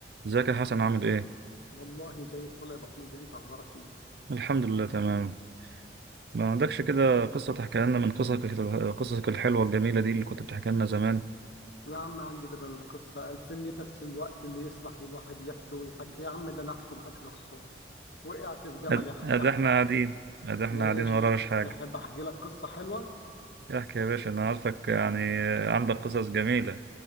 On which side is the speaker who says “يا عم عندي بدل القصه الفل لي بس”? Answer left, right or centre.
Left